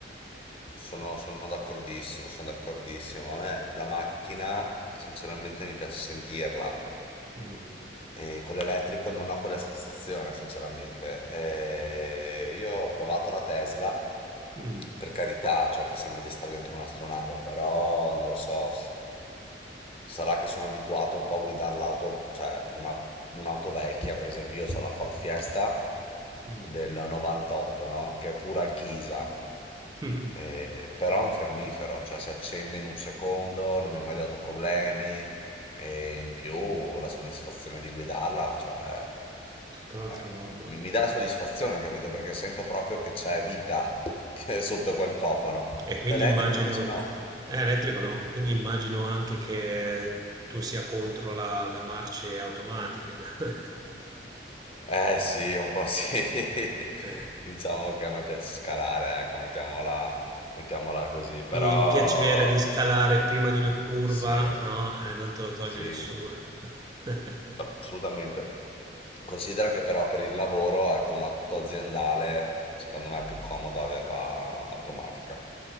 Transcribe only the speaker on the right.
Mm,
mm,
mm.
<laughs>
Tutta un'altra
roba.
E quindi
immagino,
eh, elettrico no, quindi immagino anche che tu sia contro la, la marce automatica. <laughs>
Eh.
Sì, Il piacere di scalare prima di una curva,
no, eh, non te lo toglie
nessuno. <laughs>